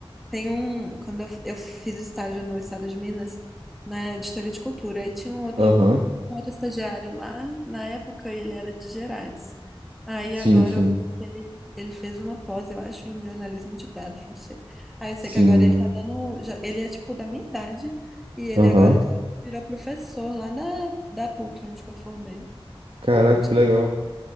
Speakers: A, in the centre; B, on the right (about 70°).
A: Tem um, quando eu, eu fiz estágio no estado de Minas, na editoria de cultura, aí tinha um outro,
B: Aham.
A: um outro estagiário lá, na época ele era de Gerais. Aí
B: Sim,
A: agora
B: sim.
A: eu vi que ele, ele fez uma pós, eu acho, em jornalismo de dados, não sei. Aí eu sei
B: Sim.
A: que agora ele tá dando, já- ele é tipo da minha idade, e ele
B: Aham.
A: agora tá- virou professor lá da, da PUC, onde que eu formei.
B: Caraca,
A: De-
B: que legal.